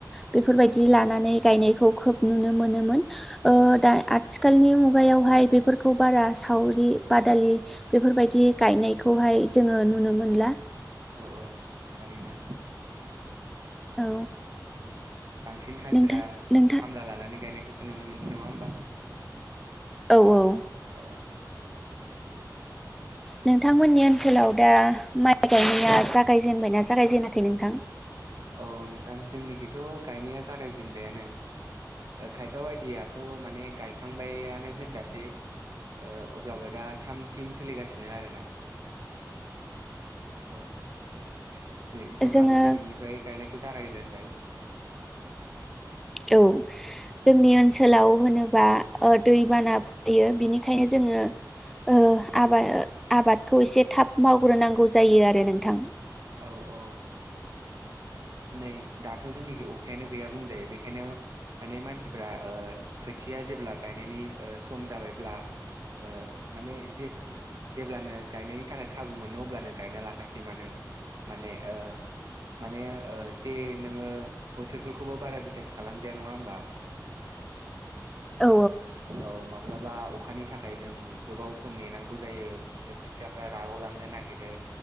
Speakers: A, in the centre; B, on the right.
A: बेफोरबायदि लानानै गायनायखौ खोब नुनो मोनोमोन ओ दा आथिखालनि मु गायावहाय बेफोरखौ बारा सावरि बादालि बेफोरबायदि गायनायखौहाय जोङो नुनो मोनला
B: औ औ थारैनो
A: औ
B: औ बांसिन हाजिरा
A: नोंथां नोंथां
B: खामला लानानै गायनायखौसो नुनो मोनसै नङा होमबा औ
A: औ औ
B: औ
A: नोंथांमोननि ओनसोलाव दा माइ गायनाया जागायजेनबायना जागायजेनाखै नोंथां?
B: औ नोंथां जोंनिखैथ' गायनाया जागायजेनबायानो ओ खायफा बायदियाथ' माने गायखांबायानो होनजासै ओ अब्लाबो दा थाम थिम सोलिगासिनो आरोना औ औ नो जोंहाबो
A: जोङो
B: दिनैनि फुनायखौ जागाय जेनबाय
A: औ जोंनि ओनसोलाव होनोबा अ दैबाना ओ फैयो बिनिखायनो जोङो ओ आबाद आबादखौ एसे थाब मावग्रोनांगौ जायो आरो नोंथां
B: औ औ नै दाथ' जोंनिखि अखायानो गैया बुंजायो बेखायनो माने मानसिफ्रा ओ खोथिया जेब्ला गायनायनि ओ सम जाबायब्ला ओ माने जेस जे-जेब्लानो गायनायनि थाखाय खाबु मोनो अब्लानो गायना लाखासै मानो माने ओ माने ओ एसे नोङो बोथोरफोरखौबो बारा बिसास खालामजाया नङा होमबा <inaudible>
A: औ
B: औ माब्लाबा अखानि थाखाय जों गोबाव सम नेनांगौ जायो बिदिनो खोथियाफ्रा राग लांनो नागिरो